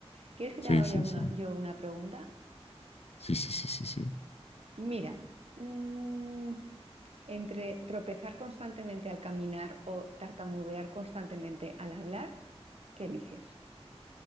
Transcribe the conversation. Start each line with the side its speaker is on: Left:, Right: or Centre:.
Right: ¿Quieres que
Left: sí,
Right: te haga
Left: sí,
Right: ya una-
Left: sí.
Right: yo una pregunta?
Left: Sí, sí, sí, sí, sí.
Right: Mira, mm, entre tropezar constantemente al caminar o tartamudear constantemente al hablar, ¿qué eliges?